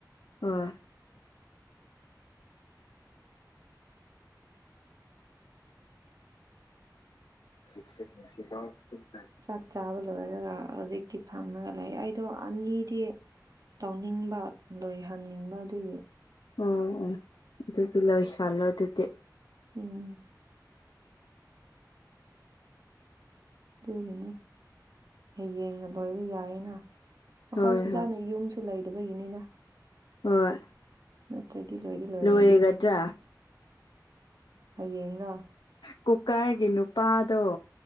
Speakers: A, on the left; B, on the right.
A: ꯍꯣꯢ ꯁꯤꯕꯁꯟꯒꯤ ꯁꯤꯒꯥꯎ <inaudible>
B: ꯆꯥꯛ ꯆꯥꯕ ꯂꯣꯏꯔꯒ ꯍꯧꯖꯤꯛꯇꯤ ꯐꯝꯃꯒ ꯂꯩ ꯑꯩꯗꯣ ꯑꯅꯤꯗꯤ ꯇꯧꯅꯤꯡꯕ ꯂꯣꯏꯍꯟꯅꯤꯡꯕ ꯑꯗꯨꯒꯤ
A: ꯑꯥ ꯑꯣ ꯑꯗꯨꯗꯤ ꯂꯣꯏꯁꯜꯂꯣ ꯑꯗꯨꯗꯤ
B: ꯎꯝ ꯑꯗꯨꯒꯤꯅꯦ ꯍꯌꯦꯡꯅ ꯂꯣꯏꯕ ꯌꯥꯏꯌꯦꯅ ꯑꯩꯈꯣꯏ
A: ꯍꯣꯏ
B: ꯐꯖꯥꯅ
A: ꯍꯣꯏ
B: ꯌꯨꯝ ꯂꯩꯗꯕꯒꯤꯅꯤꯗ
A: ꯍꯣꯏ
B: ꯅꯠꯇ꯭ꯔꯗꯤ ꯂꯣꯏꯗꯤ ꯂꯣꯏꯔꯝꯒꯅꯤ
A: ꯂꯣꯏꯒꯗ꯭ꯔꯥ
B: ꯍꯌꯦꯡꯂ
A: ꯀꯨꯀ꯭ꯥꯔꯒꯤ ꯅꯨꯄꯥꯗꯣ